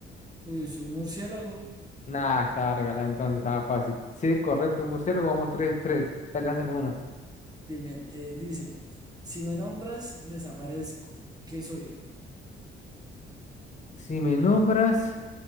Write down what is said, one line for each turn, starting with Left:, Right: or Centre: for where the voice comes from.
Right: Pues un murciélago.
Left: Nada, estaba regalada entonces, estaba fácil. Sí, correcto, murciélago, vamos tres tres Dale, lánzame una.
Right: Bien, bien. Eh, dice, si me nombras, desaparezco. ¿Qué soy?
Left: Si me nombras,